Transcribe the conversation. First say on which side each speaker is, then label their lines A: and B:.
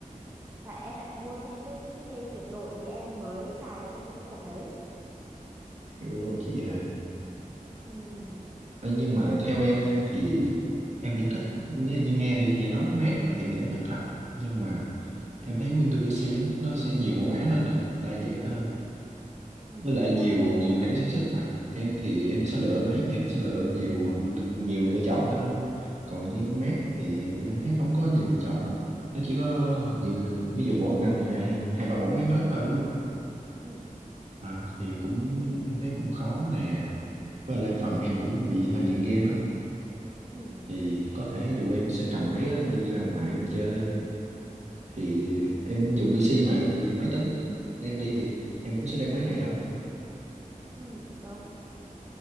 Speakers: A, on the right; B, on the right.
A: phải em phải mua thêm cái cái cái dây chuyển đổi thì em mới xài được cho những cái cổng đấy
B: hiểu luôn chị ơi
A: ừ,
B: Ê, nhưng mà theo em nha thì em vẫn thích nếu như nghe thì chị nói mát á, thì em vẫn thích thật nhưng mà em thấy Windows PC á, nó sẽ nhiều mẫu mã hơn nè đa dạng hơn
A: ừ,
B: với lại
A: chính xác
B: nhiều
A: đồng ý
B: nhiều hãng sản xuất nè em thì em sẽ lựa mấy em sẽ lựa nhiều được nhiều lựa chọn hơn còn như Mac thì em thấy không có nhiều lựa chọn lắm nó chỉ có hình như ví dụ mỗi năm thì ra thêm hai ba mẫu máy mới thôi đúng không
A: ừ.
B: à, thì cũng em thấy cũng khó nè với lại phần em cũng bị hơi nghiện game á
A: Ừ.
B: thì có thể dù em sẽ cầm máy đó em đi ra ngoài em chơi thì em dùng PC mà thì máy tính đem đi thì em cũng sẽ đem máy này thôi
A: Ừ, đúng,